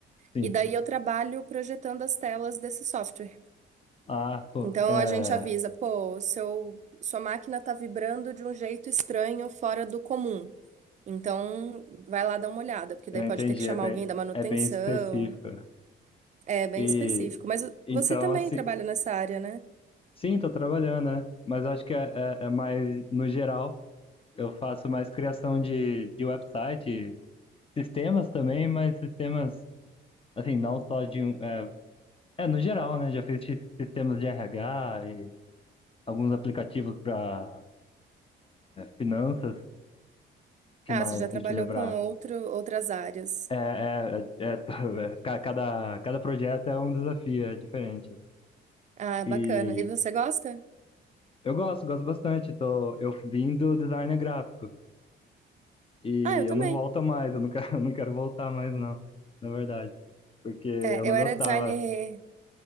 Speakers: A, on the left; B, on the right.
A: sim.
B: E daí eu trabalho projetando as telas desse software.
A: Ah, pô,
B: Então
A: é,
B: a gente avisa, pô, seu, sua máquina está vibrando de um jeito estranho, fora do comum. Então vai lá dar uma olhada, porque
A: eu
B: daí pode
A: entendi,
B: ter que chamar
A: é bem,
B: alguém da manutenção.
A: é bem específico.
B: É bem
A: E
B: específico. Mas o-
A: então,
B: você também
A: assim,
B: trabalha nessa área, né?
A: sim, tô trabalhando, né? Mas acho que é, é, é mais no geral. Eu faço mais criação de, de website, sistemas também, mas sistemas, assim, não só de um. É, é, no geral, né? Já fiz si- sistemas de RH e alguns aplicativos para finanças, que
B: Ah,
A: mais?
B: você já
A: Deixa
B: trabalhou
A: eu lembrar.
B: com outro, outras áreas.
A: É, é, é, é, <laughs> ca- cada, cada projeto é um desafio, é diferente.
B: Ah,
A: E
B: bacana. E você gosta?
A: eu gosto, gosto bastante. Tô, eu vim do design gráfico e
B: Ah, eu também.
A: eu não volto mais, eu não quero, <laughs> eu não quero voltar mais, não, na verdade. Porque eu
B: É,
A: não
B: eu
A: gostava,
B: era designer.